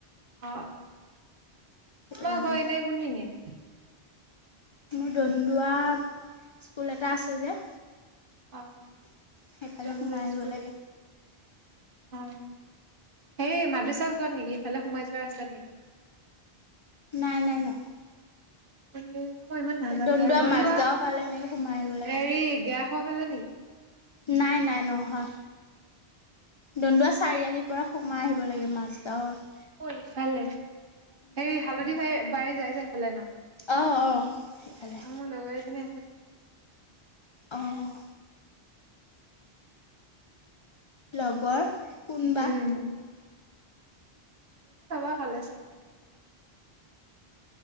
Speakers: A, on the right; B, on the left.
A: অ অ,
B: সেইটো
A: তোমাৰ
B: কাৰণে
A: ঘৰ এনেই কোনখিনিত?
B: মোৰ দন্দোৱা স্কুল এটা আছে যে।
A: অঁ
B: সেইফালে
A: তনদোৱা
B: সোমাই আহিব
A: স্কুল।
B: লাগে
A: অঁ সেই মাদ্ৰাছাৰ ওচৰত নেকি ইফালে সোমাই যোৱা ৰাস্তাত নেকি?
B: নাই নাই নহয়।
A: সেই নহয় মই ইমান নাজানো
B: দন্দুৱা
A: বাৰু, দনদোৱা
B: মাজগাঁও ফালে সেনেকে সোমাই আহিব লাগে
A: হেৰি গেয়া খোৱা ফালে নেকি?
B: নাই নাই নহয়। দন্দোৱা চাৰিআলিৰ পৰা সোমাই আহিব লাগে মাজগাঁৱৰ।
A: অ ইফালে, এই হালধি বাৰী যাই যে সেইফালে ন।
B: অঁ অঁ। সেইফালে
A: মোৰ লগৰ এজনী আছে। তাই
B: অঁ অঁ। লগৰ কোনবা?
A: উম, চিনি পাবা কলেজ আহিলে।